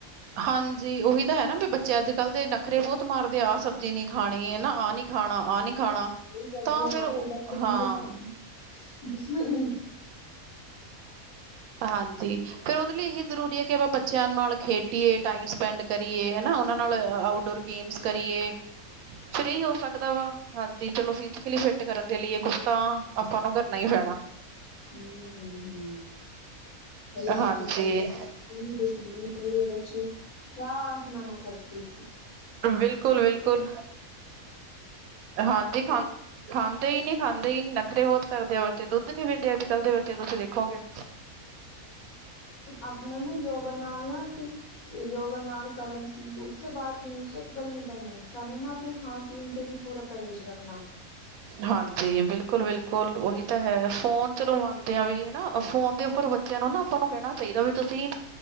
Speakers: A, on the right (about 80°); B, on the left (about 80°).
A: ਹਾਂਜੀ ਉਹੀ ਤਾਂ ਹੈ, ਨਾ ਵੀ ਬੱਚੇ ਅੱਜ ਕੱਲ੍ਹ ਦੇ ਨਖਰੇ ਬਹੁਤ ਮਾਰਦੇ ਆ, ਆਹ ਸਬਜ਼ੀ ਨੀ ਖਾਣੀ ਹੈ ਨਾ, ਆਹ ਨੀ ਖਾਣਾ ਆਹ ਨੀ ਖਾਣਾ
B: ਸਬਜ਼ੀਆਂ
A: ਤਾਂ ਫਿਰ
B: ਨਾਲ
A: ਉਹ
B: ਤੇ ਬੱਚਿਆਂ
A: ਹਾਂ
B: ਦੀ ਦੁਸ਼ਮਨ ਦੁਸ਼ਮਣੀ
A: ਹਾ ਜੀ ਫੇਰ ਉਹਦੇ ਲਈ ਇਹੀ ਜ਼ਰੂਰੀ ਐ ਕਿ ਆਪਾਂ ਬੱਚਿਆਂ ਨਾਲ ਖੇਡੀਏ ਟਾਈਮ ਸਪੈਂਡ ਕਰੀਏ ਹਨਾ, ਉਹਨਾਂ ਨਾਲ ਆਊਟਡੋਰ ਗੇਮਸ ਕਰੀਏ। ਫਰੀ ਹੋ ਸਕਦਾ ਵਾ। ਹਾਂਜੀ, ਚਲੋ ਫਿਜ਼ਕਲੀ ਫਿਟ ਕਰਨ ਦੇ ਲਈ ਕੁਛ ਤਾਂ ਆਪਾਂ ਨੂੰ ਕਰਨਾ ਹੀ ਪੈਣਾ।
B: ਹੂੰ-ਹੂੰ-ਹੂੰ, ਹਰੀ ਸਬਜ਼ੀਆਂ
A: ਹਾਂਜੀ
B: <unintelligible> ਮੇਰੇ ਬੱਚੇ ਸਾਫ਼ ਮਨਾ ਕਰਦੇ
A: ਬਿਲਕੁਲ ਬਿਲਕੁਲ ਹਾਂਜੀ ਖਾਂ ਖਾਂਦੇ
B: <unintelligible>
A: <unintelligible> ਨਖਰੇ ਬਹੁਤ ਕਰਦੇ ਆ ਬੱਚੇ ਦੁੱਧ ਨੀ ਪੀਂਦੇ ਅੱਜ ਕੱਲ ਦੇ ਬੱਚੇ ਤੁਸੀਂ ਦੇਖੋਗੇ।
B: ਆਪਣਾ ਨੇ ਨਾ ਯੋਗਾ ਨਾਲ ਨਾ ਫਿਰ ਯੋਗਾ ਨਾਲ ਕਰਨ ਸੀ ਉਸ ਬਾਤ ਨਹੀਂ ਉਸੇ ਗੱਲ ਨਹੀਂ ਬਣਨੀ। ਸਾਨੂੰ ਨਾ ਆਪਣੇ ਖਾਣ ਪੀਣ ਤੇ ਵੀ ਪੂਰਾ ਪਰਹੇਜ਼ ਰੱਖਣਾ।
A: ਹਾਂਜੀ, ਬਿਲਕੁਲ ਬਿਲਕੁਲ ਉਹੀ ਤਾਂ ਹੈ ਫੋਨ ਚਲੋ ਮੰਨਦੇ ਆ ਵੀ ਹਨਾ ਫੋਨ ਦੇ ਉੱਪਰ ਬੱਚਿਆਂ ਨੂੰ ਨਾ ਆਪਾਂ ਨੂੰ ਕਹਿਣਾ ਚਾਹੀਦਾ ਵੀ ਤੁਸੀਂ